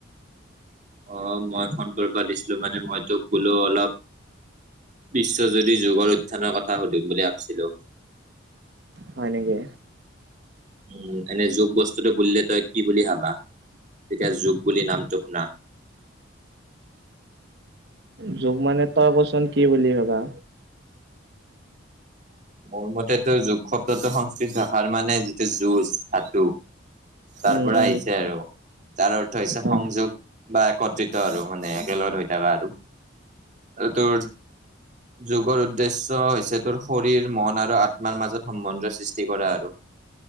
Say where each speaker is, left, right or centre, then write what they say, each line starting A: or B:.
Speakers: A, on the right; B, on the right.
A: অ', মই ফোন কৰবা দিছিলো মানে মই তোক বোলো অলপ বিশ্বজুৰি যুগৰ উথ্যান্যৰ কথা সুধিম বুলি ভাবছিলোঁ।
B: হয় নেকি?
A: উম এনে যোগ বস্তুতটো বুলিলে তই কি বুলি ভাবা? যেতিয়া যোগ বুলি নামটো শুনা?
B: যুগ মানে তই কচোন কি বুলি ভাবা?
A: মোৰ মতেতো যোগ শব্দটো সংস্কৃত ভাষাৰ মানে যিটো যুঁজ, ধাতু তাৰ
B: উম
A: পৰা
B: উম
A: আহিছে আৰু। যাৰ অৰ্থ হৈছে
B: অ
A: সংযোগ বা একত্ৰিত আৰু মানে, একেলগত হৈ থকা আৰু। আৰু তোৰ যুগৰ উদ্দেশ্য হৈছে তোৰ শৰ শৰীৰ মন আৰু আত্মাৰ মাজত সম্বন্ধ সৃষ্টি কৰা আৰু।